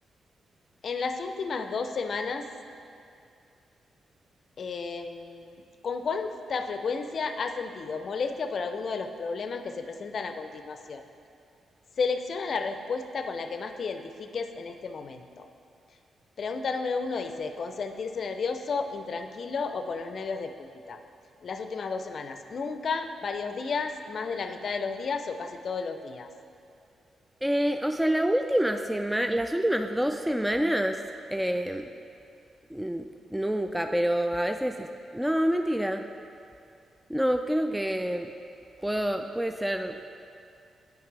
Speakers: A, on the left; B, in the centre.
A: En las últimas dos semanas, eh, ¿con cuánta frecuencia has sentido molestia por alguno de los problemas que se presentan a continuación? Selecciona la respuesta con la que más te identifiques en este momento. Pregunta número uno dice, ¿con sentirse nervioso, intranquilo o con los nervios de punta? En las últimas dos semanas, nunca, varios días, más de la mitad de los días o casi todos los días.
B: Eh, o sea, la última semana, las últimas dos semanas, eh, n- nunca, pero a veces es- No, mentira. No, creo que puedo, puede ser